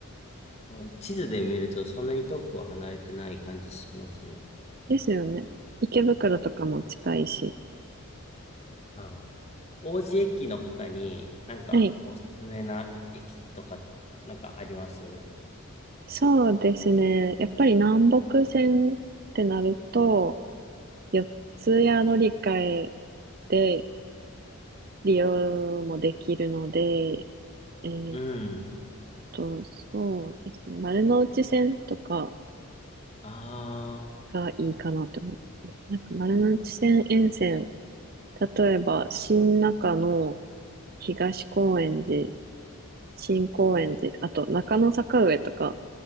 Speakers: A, on the left; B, on the right.
A: あ地図で見るとそんなに遠くは離れてない感じしますね。
B: ですよね。池袋とかも近いし。
A: なるほど。王子駅の他になんかおすすめな駅とかなんかあります
B: はい。そうですね。やっぱり南北線ってなると、四ツ谷乗り換えで利用もできるので、えーっ
A: うん。
B: と、そうですね。丸ノ内線とか
A: ああ。
B: がいいかなと思いますね。なんか丸ノ内線沿線例えば、新中野、東高円寺、新高円寺、あと中野坂上とか、